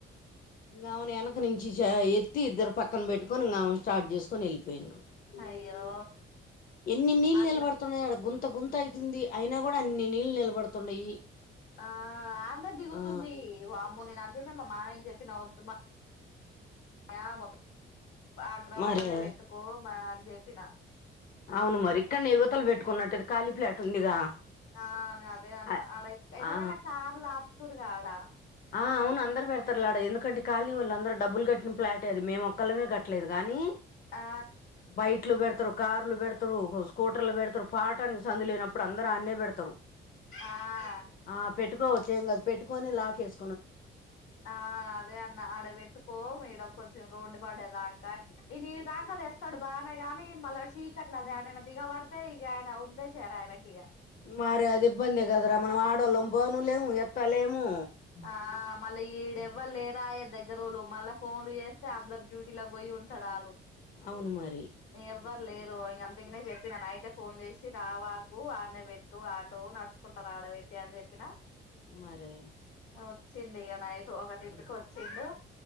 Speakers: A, on the left; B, on the left.
A: ఇంకావున వెనక నుంచి చ తి ఇద్దరు పక్కన పెట్టుకొనిమ ఇగ ఆమె స్టార్ట్ చేసుకొని వెళ్ళిపోయినరూ
B: అయ్యో
A: ఎన్ని నీళ్లు
B: అట్లా
A: నిలబడుతున్నాయి ఆడ గుంత గుంత అవుతుంది అయినా కూడా అన్ని నీళ్లు నిలబడుతున్నాయి
B: ఆ ఆన్నే దిగుతుంది
A: ఆ
B: వామ్మోని అదేద మా మామయ్యకి చెప్పి నవ్వుతుం యా మొత్త ఆ గ్రౌండ్
A: మరే
B: లోనే పెట్టుకో అని చెప్పిన
A: అవును మరి ఇక్కన్నే యువతల పెట్టుకున్నట్టు ఖాళీ ఫ్లాట్ ఉందిగా
B: ఆ అదే అన్నా
A: ఆ
B: ఆడ ఎట్లనైనా
A: ఆ
B: కార్లు ఆపుతూరుగా ఆడా
A: ఆ అవును అందరు పెడతారు లాడ ఎందుకంట ఖాళీ వాళ్ళు అందరు డబ్బులు కట్టిన ఫ్లాటే అది మేము కలమే కట్టలేదు కానీ
B: ఆ
A: బయట్ లో పెడతారు కార్లు బెడతరు స్కూటర్లు బెడతరు పాటనికి సందు లేనప్పుడు అందరు ఆన్నే పెడతారు
B: ఆ
A: ఆ పెట్టుకోవచ్చు ఏం కాదు పెట్టు పోని లాకేస్
B: ఆ అదే అన్న ఆడ పెట్టుకో ఇడ పో కొంచెం రోడ్డు పడేదాంకా ఈ నీరు దాంట్లో తెస్తాడు బాగానే కానీ మళ్ళీ చీకట్లేదలె దిగ వడతయ్ ఈగయనా ఉందే చేర ఆయనకి ఇగ
A: మరి అది ఇబ్బంది కదరా మనం ఆడోళ్ళం బానులేము ఎత్తలేేము
B: ఆ మళ్ళీ ఈడ ఎవ్వరు లేరాయ దగ్గరోళ్లు మళ్ళా ఫోన్లు చేస్తే అందరు డ్యూటీలకి పోయి ఉంటరు వాళ్ళు
A: అవును మరి
B: ఎవ్వరు లేరు అందుకనే చెప్పినా నైటే ఫోన్ చేసి రావాకు ఆడనే పెట్టు ఆటో న కుంటారు ఆడదైతే అని చెప్పినా
A: మరి
B: వచ్చింది ఇగ నైట్ ఒకటింటికి వచ్చిండు